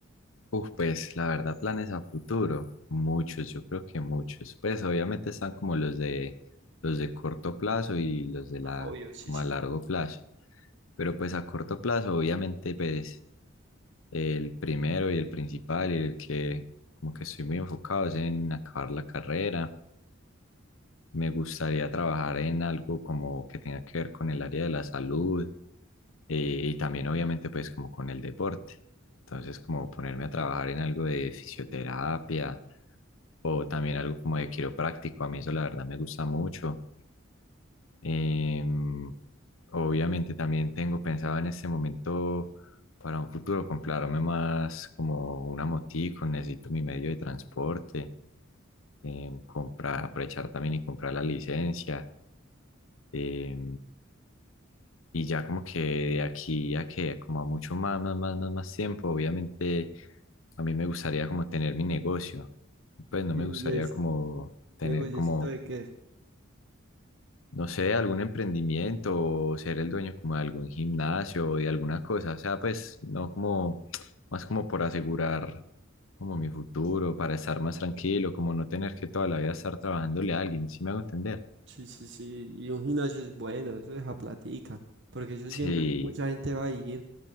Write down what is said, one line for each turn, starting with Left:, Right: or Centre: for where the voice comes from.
Left: Uf, pues la verdad, planes a futuro, muchos, yo creo que muchos. Pues obviamente están como los de los de corto plazo y los de la
Right: ah, obvio, sí,
Left: como
Right: sí.
Left: a largo plazo. Pero pues a corto plazo, obviamente, pues el primero y el principal y el que como que estoy muy enfocado es en acabar la carrera me gustaría trabajar en algo como que tenga que ver con el área de la salud eh, y también obviamente pues como con el deporte. Entonces como ponerme a trabajar en algo de fisioterapia o también algo como de quiropráctico. A mí eso la verdad me gusta mucho. Em, obviamente también tengo pensado en este momento para un futuro comprarme más como una motico, necesito mi medio de transporte eh, comprar, aprovechar también y comprar la licencia. eh, y ya como que de aquí a que, como a mucho más, más, más, más, más tiempo, obviamente a mí me gustaría como tener mi negocio. Pues no
Right: Y,
Left: me gustaría
Right: y eso,
Left: como tener
Right: negociecito
Left: como
Right: de qué.
Left: no sé, algún emprendimiento o ser el dueño como de algún gimnasio o de alguna cosa. O sea, pues no como, más como por asegurar como mi futuro, para estar más tranquilo, como no tener que toda la vida estar trabajándole a alguien, ¿sí me hago entender?
Right: Sí, sí, sí. Y un gimnasio es bueno, eso deja platica. Porque eso siempre
Left: Sí.
Right: mucha gente va a ir.